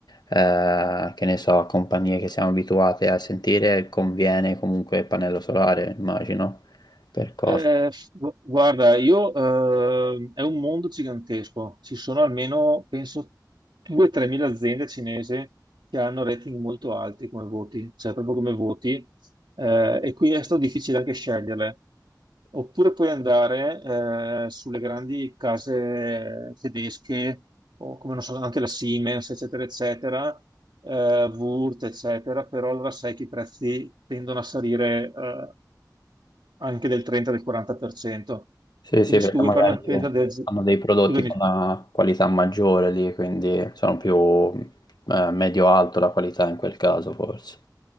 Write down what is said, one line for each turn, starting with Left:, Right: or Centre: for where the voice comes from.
Left: eh, che ne so, compagnie che siamo abituate a sentire, conviene comunque il pannello solare, immagino, per costi.
Right: Eh, f- gu- guarda, io, eh, è un mondo gigantesco. Ci sono almeno, penso, 2-3 mila aziende cinesi che hanno rating molto alti come voti, cioè proprio come voti, eh, e quindi è stato difficile anche sceglierle. Oppure puoi andare eh, sulle grandi case tedesche, o come non so, anche la Siemens, eccetera, eccetera, eh, Wurth, eccetera, però allora sai che i prezzi tendono a salire eh, anche del 30-40%.
Left: Sì,
Right: Quindi
Left: sì, perché
Right: se tu vuoi
Left: magari
Right: fare una spesa del...
Left: hanno dei prodotti
Right: Scusami,
Left: con una qualità maggiore lì, quindi sono più eh, medio-alto la qualità in quel caso, forse.